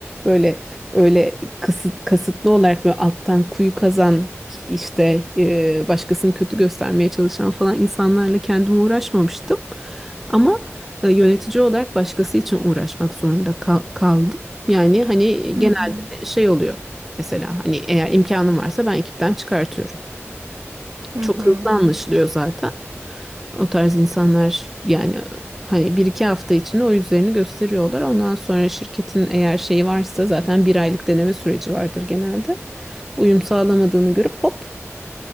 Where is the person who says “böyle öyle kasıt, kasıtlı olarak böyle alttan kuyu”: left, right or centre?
Centre